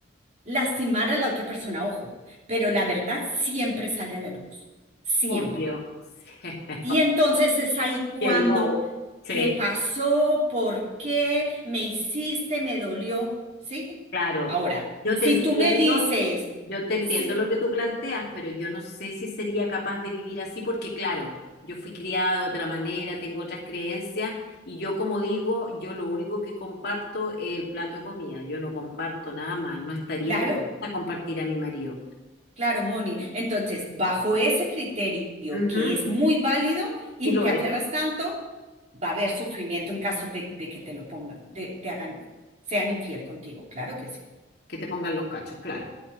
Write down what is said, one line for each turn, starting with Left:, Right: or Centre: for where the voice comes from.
Right: lastimar a la otra persona, ojo, pero la verdad siempre sale a la luz. Siempre.
Left: Obvio. <laughs>
Right: Y entonces es ahí cuando,
Left: Sí, qué lobo. Sí,
Right: ¿qué pasó? ¿Por qué? ¿Me hiciste? ¿Me dolió? ¿Sí?
Left: Claro,
Right: Ahora,
Left: yo
Right: si
Left: te entiendo,
Right: tú me dices,
Left: yo te entiendo
Right: sí,
Left: lo que tú planteas, pero yo no sé si sería capaz de vivir así porque, claro, yo fui criada de otra manera, tengo otras creencias y yo, como digo, yo lo único que comparto es el plato de comida, yo no comparto nada más, no estaría
Right: claro,
Left: dispuesta a compartir a mi marido.
Right: claro, Moni, entonces, bajo ese criterio
Left: Ujú,
Right: que es muy válido y
Left: Sí lo
Right: te
Left: es,
Right: aferras tanto, va a haber sufrimiento en caso de, de que te lo pongan, te, te hagan, sean infiel contigo, claro que sí.
Left: que te pongan los cachos, claro.